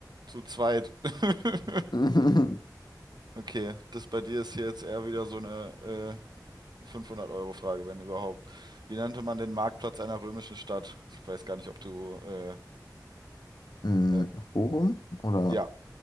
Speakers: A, on the right; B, on the left.
A: zu zweit. <laughs>
B: <laughs> Mhm.
A: Okay, das bei dir ist hier jetzt eher wieder so eine äh, 500-Euro-Frage, wenn überhaupt. Wie nannte man den Marktplatz einer römischen Stadt? Ich weiß gar nicht, ob du. Äh,
B: Hm,
A: äh,
B: Forum oder
A: ja,